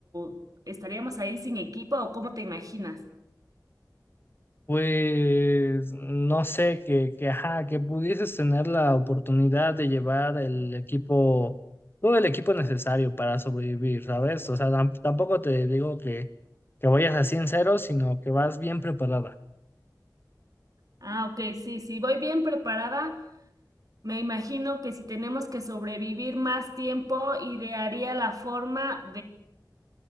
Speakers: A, on the right; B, on the left.
A: o estaríamos ahí sin equipo, ¿o cómo te imaginas?
B: pues no sé, que, que, ajá, que pudieses tener la oportunidad de llevar el equipo, todo el equipo necesario para sobrevivir, ¿sabes? O sea, tam- tampoco te digo que, que vayas así en cero, sino que vas bien preparada.
A: Ah, ok, sí, sí, voy bien preparada. Me imagino que si tenemos que sobrevivir más tiempo, idearía la forma